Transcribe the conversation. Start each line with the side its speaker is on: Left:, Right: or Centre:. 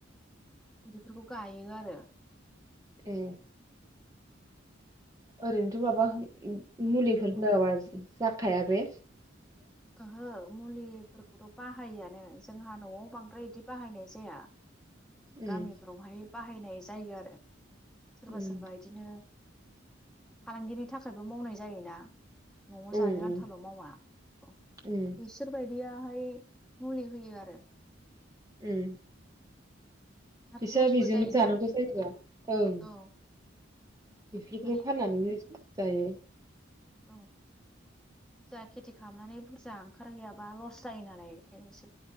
Centre: इदिफोरखौ गायो आरो
Right: ए
Centre: <unintelligible>
Right: ओरैनोथ माबा ओ मुलिफोर होआबा जाखाया बे।
Centre: ओहो मुलिफोरखौथ' बाहायोआनो जोंहा नवाव बांद्राय इदि बाहायनाय जाया।
Right: उम
Centre: गामिफोरावहाय बाहायनाय जायो आरो। सोरबा
Right: उम
Centre: सोरबा इदिनो फालांगिनि थाखायबो मावनाय जायोना। नवाव जानो
Right: उम
Centre: आन्थाल'
Right: उम
Centre: मावा। बिसोर
Right: उम
Centre: बायदिया बाहाय मुलि होयो आरो।
Right: ओम
Centre: आरो
Right: बिसोर
Centre: लसबो
Right: बिजोंनो
Centre: जायोना
Right: जानांगौ जायोदा ओं।
Centre: औ
Right: बिफोरखौनो
Centre: माने
Right: फाननानैनो जायो।
Centre: औ बुरजा खेथि खालामनानै बुरजा ओंखारहैयाबा लस जायो नालाय एखायनो एसोर